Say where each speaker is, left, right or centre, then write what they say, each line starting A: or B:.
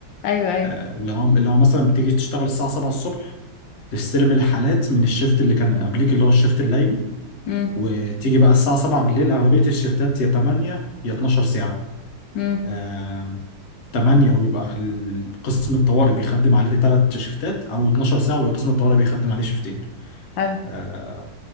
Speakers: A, on the left; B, on the left.
A: ايوه ايوه
B: آه، اللي هو اللي هو مثلا بتيجي تشتغل الساعه 7 الصبح تستلم الحالات من الشيفت اللي كان قبليك اللي هو الشيفت الليلي
A: امم
B: وتيجي بقى الساعه 7 بالليل اغلبيه الشيفتات يا 8 يا 12
A: امم
B: ساعه آه، 8 وبيبقى ال- قسم الطوارئ بيخدم عليه ثلاث شيفتات او 12 ساعه ويبقى قسم الطوارئ بيخدم عليه شيفتين
A: حلو
B: آه،